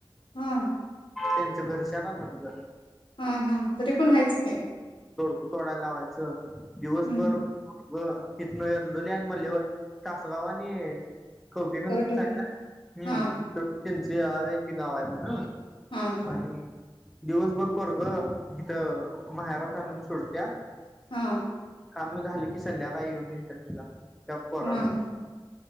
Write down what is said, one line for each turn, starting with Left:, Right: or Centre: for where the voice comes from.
Left: हा
Centre: तेन- ते घरच्या रानात ग.
Left: हा हा तरी पण हायच की.
Centre: तोडाय लावायचं. दिवसभर
Left: हम्म
Centre: व हीतन एरडोली आणि मलीव तासगाव आणि कवटीकडन
Left: कवठे
Centre: चा
Left: का?
Centre: हम्म.
Left: हा
Centre: त्यांची आवेंती गावाय म्हण.
Left: हम हम्
Centre: आणि दिवसभर पोरगं इथ माहेरात आणून सोडतिया,
Left: हां
Centre: काम झालं की संध्याकाळी येऊन न्हेतिया तिला. त्या पोराला.
Left: हा हा